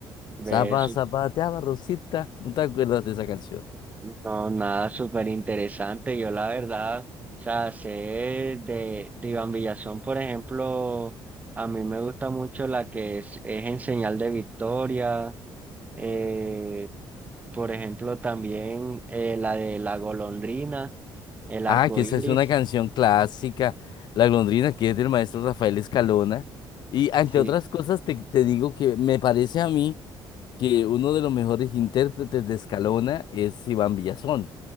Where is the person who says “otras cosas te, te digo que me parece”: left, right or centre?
Left